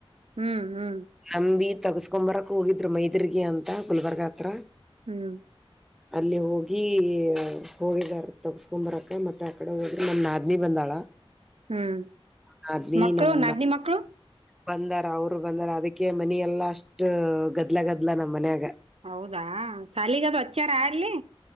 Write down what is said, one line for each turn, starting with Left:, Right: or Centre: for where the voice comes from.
Right: ಹ್ಮ್ ಹ್ಮ್
Centre: ಸಂಂಬೀತ್ ತಗಸ್ಕೊ್ ಬರಕ್ ಹೋಗಿದ್ರು ಮೈದರ್ಗಿ ಅಂತ ಗುಲ್ಬರ್ಗ ಹತ್ರ
Right: ಹ್ಮ್
Centre: ಅಲ್ಲಿ ಹೋಗಿ ಹೋಗಿದಾರ ತಗಸ್ಕೊಂಬರಕ ಮತ್ತೆ ಆ ಕಡೆ ಹೋದ್ರೆ ನಮ ನಾದ್ನಿ ಬಂದಾಳ
Right: ಹ್ಮ್
Centre: ನಾದ್ನಿ
Right: ಮಕ್ಕಳು
Centre: ನಮ್
Right: ನಾದ್ನಿ ಮಕ್ಕಳು
Centre: ಬಂದಾರ ಅವರು ಬಂದಾರ ಅದಕ್ಕೆ ಮನ ಎಲ್ಲಾ ಅಷ್ಟ್ ಗದ್ಲ ಗದ್ಲ ನಮ್ಮ್ ಮನ್ಯಾಗ
Right: ಹೌದಾ ಸಾಲಗದು ಹಚ್ಚಾರ ಅಲಿ